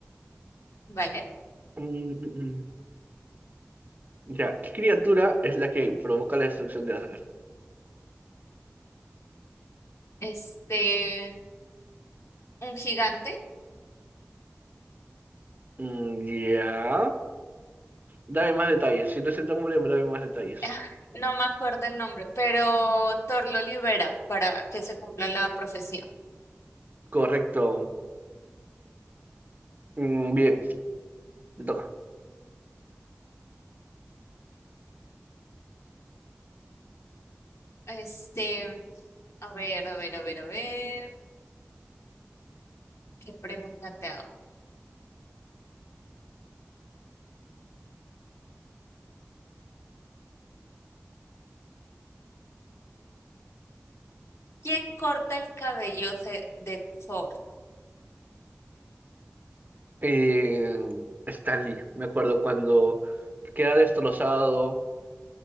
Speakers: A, on the left; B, on the right.
A: vale.
B: Mm, mm, mm. Ya, ¿qué criatura es la que provoca la destrucción de Asgard?
A: Este, un gigante.
B: Mm, ya. Dame más detalles. Si no es el nombre, dame más detalles.
A: Ah, No me acuerdo el nombre, pero Thor lo libera para que se cumpla la profecía.
B: Correcto. Mm, bien, me toca.
A: Este, a ver, a ver, a ver, a ver. ¿Qué pregunta te hago? ¿Quién corta el cabello ce- de Thor?
B: Eh, Stanley, me acuerdo cuando queda destrozado,